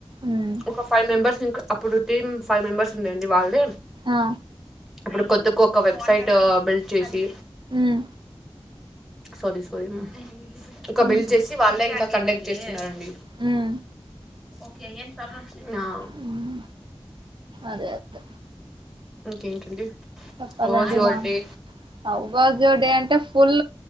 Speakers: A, on the right (about 50°); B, in the centre.
A: మ్మ్,
B: ఒక ఫైవ్ మెంబర్స్ ఇంక అప్పుడు టీ మ్ ఫైవ్ మెంబర్స్ ఉండే అండి వాళ్లే
A: ఆ,
B: అప్పుడు కొత్త ఒక వెబ్సైట్ బిల్డ్ చేసి
A: మ్మ్,
B: సోది సోది ఇక
A: మ్మ్.
B: బిల్డ్ చేసి వాళ్లే ఇంకా కండక్ట్ చేస్తున్నారండి
A: మ్మ్.
B: ఓకే ఏం ప్రాబ్లమ్స్ లేవు అ
A: మ్మ్. అదే అదే
B: ఇంకేంటండి
A: చెప్పాలండి
B: హౌ వాజ్ your
A: మా
B: day
A: how was your day అంటే ఫుల్